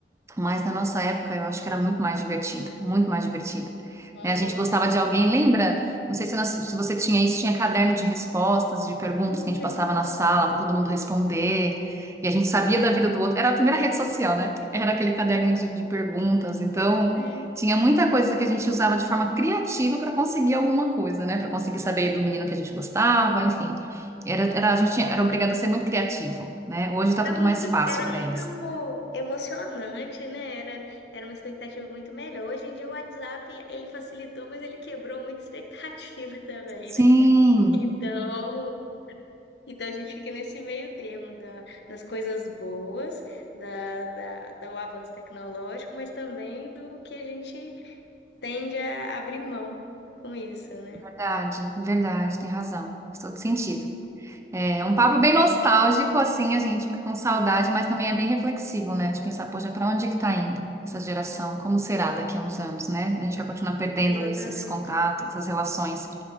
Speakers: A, on the right; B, on the left.
A: Mas na nossa época eu acho que era muito mais divertido, muito mais divertido.
B: Com
A: né? A
B: certeza.
A: gente gostava de alguém, lembra? Não sei se, nós- se você tinha isso, tinha caderno de respostas, de perguntas
B: <laughs>
A: que a gente passava na sala para todo mundo responder. E a gente sabia da vida do outro. Era a primeira rede social, né? Era aquele caderninho de, de perguntas. Então,
B: Sim.
A: tinha muita coisa que a gente usava de forma criativa para conseguir alguma coisa, né? Para conseguir saber do menino que a gente gostava, enfim. Era, era, a gente era obrigado a ser muito criativo, né? Hoje está
B: Era
A: tudo
B: muito,
A: mais fácil
B: era
A: para
B: muito
A: eles.
B: emocionante, né? Era, era uma expectativa muito melhor. Hoje em dia o WhatsApp, ele facilitou, mas ele quebrou muita expectativa <laughs> também,
A: Sim.
B: né? Então, então a gente fica nesse meio termo da, das coisas boas, da, da, do avanço tecnológico, mas também do que a gente tende a abrir mão com isso, né?
A: Verdade, verdade, tem razão. Faz todo sentido. É um papo bem nostálgico, assim, a gente fica com saudade, mas também é bem reflexivo, né? De pensar, poxa, para onde é que tá indo essa geração? Como será daqui a uns anos, né? A gente vai continuar perdendo
B: Exatamente.
A: isso, esses contatos, essas relações.